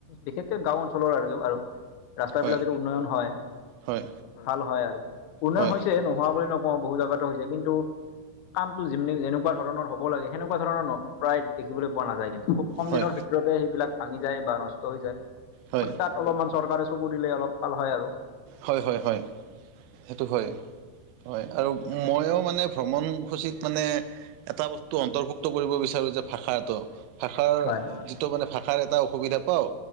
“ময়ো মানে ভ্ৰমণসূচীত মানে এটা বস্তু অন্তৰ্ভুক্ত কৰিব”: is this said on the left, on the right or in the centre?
Right